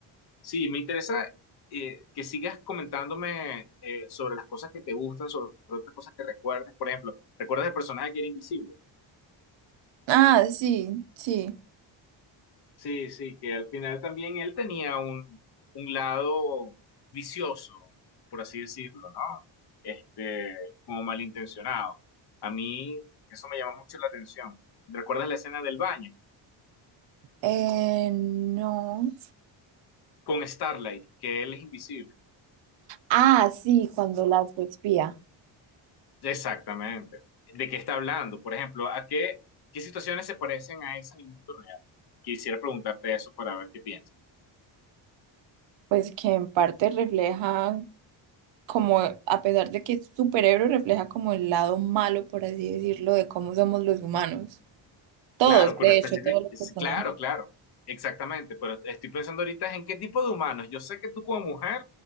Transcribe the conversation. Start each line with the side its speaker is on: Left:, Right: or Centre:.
Left: sí, me interesa eh, que sigas comentándome eh, sobre las cosas que te gustan, sobre otras cosas que recuerdes. Por ejemplo, ¿recuerdas el personaje que era invisible?
Right: Ah, sí, sí.
Left: Sí, sí, que al final también él tenía un, un lado vicioso, por así decirlo, ¿no? Este, como malintencionado. A mí eso me llama mucho la atención. ¿Recuerdas la escena del baño
Right: Eh, no.
Left: con Starlight, que él es invisible?
Right: Ah, sí, cuando la espía.
Left: Exactamente. ¿De qué está hablando? Por ejemplo, ¿a qué, qué situaciones se parecen a esa en el mundo real? Quisiera preguntarte eso para ver qué piensas.
Right: Pues que en parte refleja como, a pesar de que es superhéroe, refleja como el lado malo, por así decirlo, de cómo somos los humanos. Todos,
Left: Claro, pero
Right: de
Left: específico,
Right: hecho, todos los personajes.
Left: claro, claro, exactamente, pero estoy pensando ahorita es en qué tipo de humanos. Yo sé que tú como mujer